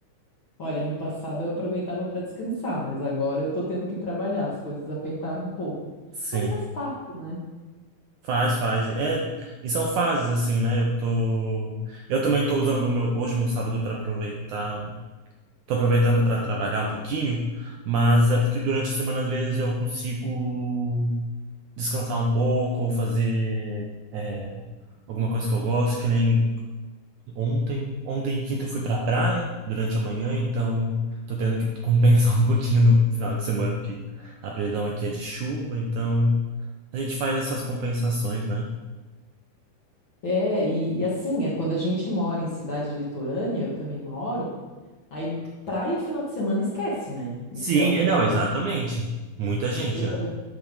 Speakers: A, on the left; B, on the right.
A: Olha, no passado eu aproveitava para descansar, mas agora eu tô tendo que trabalhar, as coisas apertaram um pouco.
B: Sim,
A: Mas faz parte, né?
B: faz, faz. É, e são fases assim, né? Eu tô, eu também tô usando o meu hoje meu sábado para aproveitar. Tô aproveitando para trabalhar um pouquinho, mas é porque durante a semana às vezes eu consigo descansar um pouco ou fazer é, alguma coisa que eu gosto, que nem ontem. Ontem, quinta, eu fui pra praia durante a manhã, então tô tendo que compensar <laughs> um pouquinho no final de semana, que a previsão aqui é de chuva, então a gente faz essas compensações, né?
A: É, e, e assim, é quando a gente mora em cidade litorânea, eu também moro, aí praia final de semana esquece, né? Então,
B: Sim, é, não, exatamente. Muita gente,
A: eu come-
B: né?